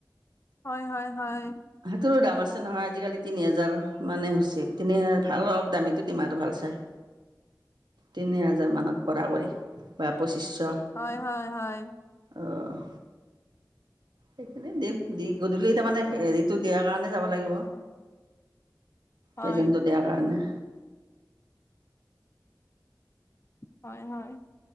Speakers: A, on the left; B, on the right.
A: হয় হয় হয়।
B: সেইটোৰো দাম আছে নহয় আজিকালি। তিনি হেজাৰ মানে হৈছে। তিনি হেজা ভাল অলপ দামীটো দিম আৰু ভাল চাই। তিনি হাজাৰ মানত পৰা কৰি বা পঁচিছশ।
A: হয় হয় হয়।
B: অ'। সেইখিনি দিম, দি গধূলি তাৰমানে হেৰিটো দিয়াৰ কাৰণে যব লাগিব।
A: হয়
B: প্ৰেজেণ্টটো দিয়াৰ কাৰণে।
A: হয় হয়।